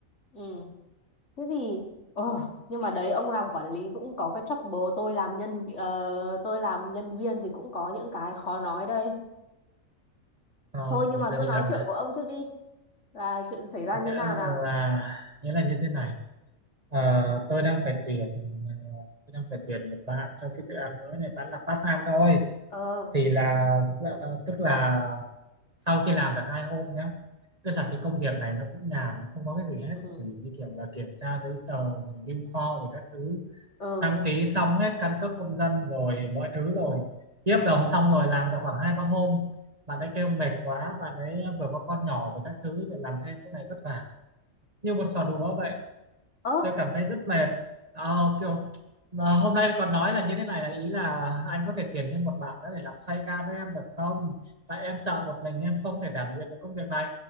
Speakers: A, on the left (about 55°); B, on the right (about 30°).
A: Ừ, thế thì... Ờ, nhưng mà đấy, ông làm quản lý cũng có cái trouble. Tôi làm nhân... ờ, tôi làm nhân viên thì cũng có những cái khó nói đây.
B: ờ,
A: Thôi, nhưng
B: mình
A: mà
B: giờ
A: cứ
B: đi
A: nói
B: làm
A: chuyện
B: này
A: của ông trước đi. Là chuyện xảy ra
B: nghĩa
A: như nào nào?
B: là nghĩa là như thế này Ờ, tôi đang phải tuyển ờ, tôi đang phải tuyển một bạn cho cái dự án mới này bạn làm part time thôi
A: Ờ,
B: thì là s- tức là sau khi làm được hai hôm nhá tức là cái công việc này nó cũng nhàn nó không có cái gì hết
A: ừ,
B: chỉ như kiểu là kiểm tra giấy tờ rồi lưu kho rồi các thứ
A: ừ.
B: đăng ký xong hết căn cước công dân rồi mọi thứ rồi ký hợp đồng xong rồi làm được khoảng hai ba hôm bạn ấy kêu mệt quá bạn ấy vừa có con nhỏ rồi các thứ rồi làm thêm cái này vất vả như một trò đùa vậy
A: Ơ,
B: tôi cảm thấy rất mệt Ờ, kiểu mà hôm nay còn nói là như thế này là ý là anh có thể tuyển thêm một bạn nữa để làm xoay ca với em được không tại em sợ một mình em không thể đảm nhiệm được công việc này